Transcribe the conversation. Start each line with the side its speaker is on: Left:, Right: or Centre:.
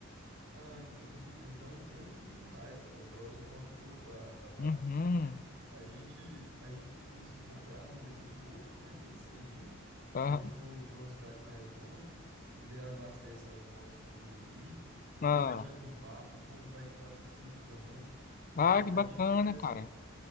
Right: Ah, entendi. Então, tranquilo demais. A Bros é uma moto boa para para barro.
Left: Uhum.
Right: A gente, a gente costuma se encontrar no, no posto, né? Bem cedinho.
Left: Ah,
Right: Se a gente for para uma cidade mais longe, e daí abastece as motos tudo ali. A
Left: ah,
Right: gente vai tirando um papo, o povo vai de quadriciclo também. E
Left: ah,
Right: daí
Left: que
Right: a
Left: bacana,
Right: gente começa,
Left: cara.